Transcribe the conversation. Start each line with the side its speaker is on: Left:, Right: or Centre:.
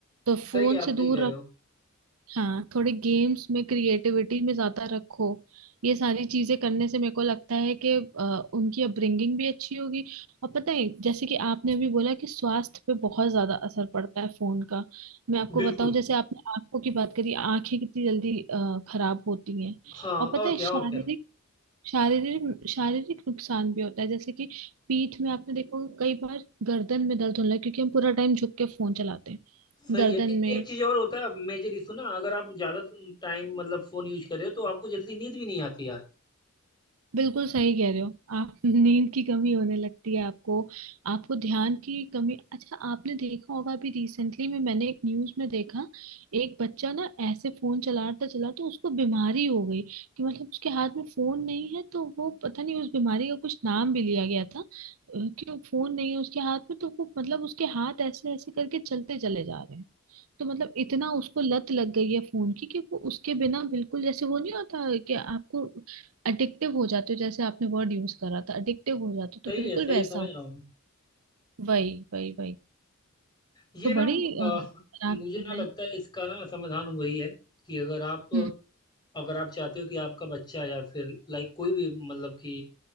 Right: तो
Left: सही
Right: फोन
Left: है आप
Right: से
Left: सही
Right: दूर
Left: कह रहे
Right: रख
Left: हो
Right: हाँ थोड़े गेम्स में क्रिएटिविटी में ज्यादा रखो ये सारी चीजें करने से मेरे को लगता है कि अ, उनकी अपब्रिंगिंग भी अच्छी होगी और पता है जैसे कि आपने अभी बोला कि स्वास्थ्य पे बहुत ज्यादा असर पड़ता है फोन का मैं आपको
Left: बिल्कुल
Right: बताऊं जैसे आपने आंखों की बात करी आंखें कितनी जल्दी अ, खराब होती हैं
Left: हाँ
Right: और पता
Left: और
Right: है
Left: क्या
Right: शारीरिक
Left: और क्या
Right: शारीरिक शारीरिक नुकसान भी होता है जैसे कि पीठ में आपने देखो कई बार गर्दन में दर्द होने लगा क्योंकि हम पूरा टाइम झुक के फोन चलाते हैं
Left: सही
Right: गर्दन
Left: है ए,
Right: में
Left: एक चीज और होता है मेजर इशू ना अगर आप ज्यादा टाइम मतलब फोन यूज कर रहे हो तो आपको जल्दी नींद भी नहीं आती यार
Right: बिल्कुल सही कह रहे हो आप <laughs> नींद की कमी होने लगती है आपको आपको ध्यान की कमी अच्छा आपने देखा होगा अभी रिसेंटली में मैंने एक न्यूज में देखा एक बच्चा ना ऐसे फोन चलाता चला तो उसको बीमारी हो गई कि मतलब उसके हाथ में फोन नहीं है तो वो पता नहीं उस बीमारी का कुछ नाम भी लिया गया था अ, कि वो फोन नहीं है उसके हाथ में तो वो मतलब उसके हाथ ऐसे ऐसे करके चलते चले जा रहे हैं तो मतलब इतना उसको लत लग गई है फोन की कि वो उसके बिना बिल्कुल जैसे वो नहीं होता कि आपको अडिक्टिव हो जाते हो जैसे आपने वर्ड यूज करा था अडिक्टिव हो जाते हो
Left: सही
Right: तो बिल्कुल
Left: है सही
Right: वैसा
Left: है समझ
Right: हो
Left: रहा हूँ
Right: वही वही वही
Left: ये
Right: तो बड़ी
Left: ना अ,
Right: अ, खराब
Left: मुझे
Right: चीज
Left: ना लगता
Right: है
Left: है इसका ना समाधान वही है कि अगर आप
Right: हम्म
Left: अगर आप चाहते हो कि आपका बच्चा या फिर लाइक कोई भी मतलब कि